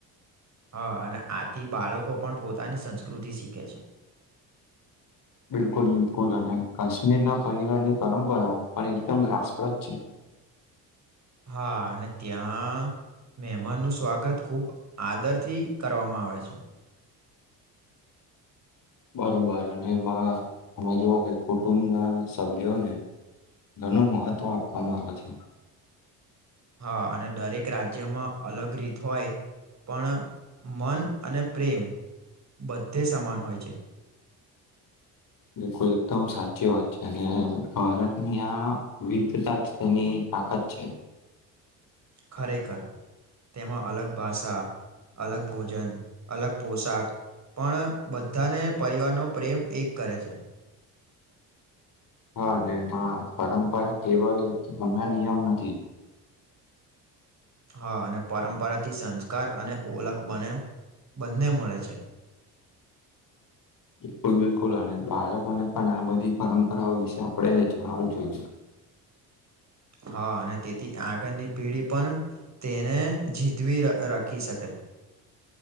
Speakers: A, on the right; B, on the left.
A: હા અને આથી બાળકો પણ પોતાની સંસ્કૃતિ શીખે છે
B: બિલકુલ બિલકુલ અને કાશ્મીરના પરિવારની પરંપરા પણ એકદમ રાસપ્રદ છે <inaudible>
A: હા અને ત્યાં મહેમાનનું સ્વાગત ખૂબ આદરથી કરવામાં આવે છે
B: બરોબર અને એમાં તમે જોવ કે કુટુંબ ના સભ્યોને ઘણું મહત્વ આપવામાં આવે છે
A: હા અને દરેક રાજ્યમાં અલગ રીત હોય પણ મન અને પ્રેમ બધે સમાન હોય છે
B: બિલકુલ એકદમ સાચી વાત છે અને ભારતની આ વિવિધતા જ તેની તાકાત છે
A: ખરેખર તેમાં અલગ ભાષા અલગ ભોજન અલગ પોશાક પણ બધાને પરિવારનો પ્રેમ એક કરે છે.
B: હા ને એમાં પરંપરા કેવલ હમણા નિયમ નથી.
A: હા અને પરંપરાથી સંસ્કાર અને ઓલખ બને બંને મળે છે.
B: બિલકુલ બિલકુલ અને બાળકોને પણ આ બધી પરંપરાઓ વિશે આપણે જણાવું જોઈએ.
A: હા અને તેથી આગળની પીઢી પણ તેને જીતવી ર રાખી શકે.